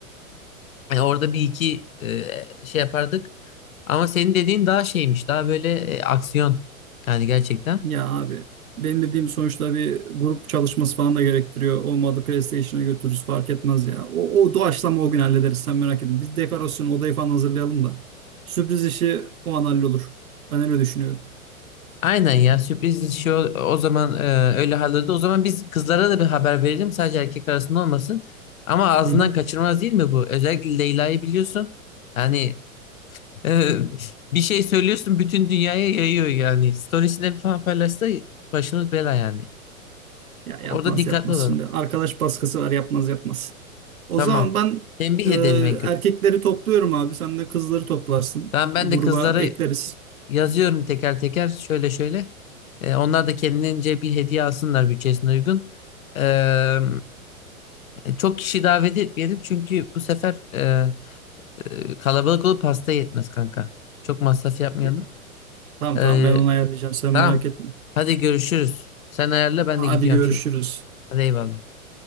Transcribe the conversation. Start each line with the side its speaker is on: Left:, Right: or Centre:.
Left: E, orada bir iki e, şey yapardık. Ama senin dediğin daha şeymiş. Daha böyle e, aksiyon. Yani gerçekten.
Right: Ya abi benim dediğim sonuçta bir grup çalışması falan da gerektiriyor. Olmadı PlayStation'a götürürüz fark etmez ya. O, o doğaçlama o gün hallederiz sen merak etme. Biz dekorasyonu odayı falan hazırlayalım da. Sürpriz işi o an hallolur. Ben öyle düşünüyorum.
Left: Aynen ya sürpriz şey o, o zaman e, öyle halloldu. O zaman biz kızlara da bir haber verelim. Sadece erkek arasında olmasın. Ama ağzından
Right: Hı hı.
Left: kaçırmaz değil mi bu? Özellikle Leyla'yı biliyorsun. Yani Ee, bir şey söylüyorsun bütün dünyaya yayıyor yani. Storiesinde falan paylaşsa başımız bela yani.
Right: Ya yapmaz
Left: Orada dikkatli
Right: yapmaz.
Left: olalım.
Right: Şimdi arkadaş baskısı var yapmaz yapmaz. O
Left: Tamam.
Right: zaman ben
Left: Tembih
Right: e,
Left: edelim en kötü.
Right: erkekleri topluyorum abi. Sen de kızları toplarsın.
Left: Tamam ben
Right: Gruba
Left: de kızlara
Right: ekleriz.
Left: yazıyorum teker teker şöyle şöyle. Ee, onlar da kendince bir hediye alsınlar bütçesine uygun. Ee, çok kişi davet etmeyelim çünkü bu sefer e, e, kalabalık olup hasta yetmez kanka. Çok masraf yapmayalım.
Right: Ya, tamam
Left: Ee,
Right: tamam ben onu ayarlayacağım sen
Left: tamam.
Right: merak etme.
Left: Hadi görüşürüz. Sen ayarla ben
Right: Hadi
Left: de gidiyorum
Right: görüşürüz.
Left: şey. Hadi eyvallah.